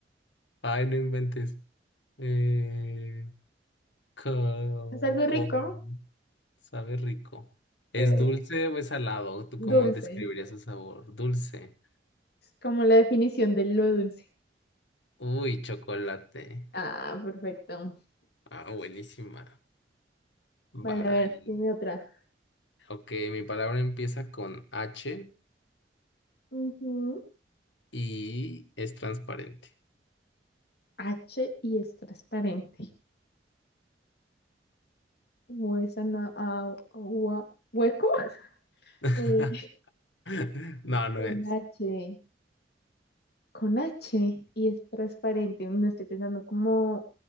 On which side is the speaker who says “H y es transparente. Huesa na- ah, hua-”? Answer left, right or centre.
Left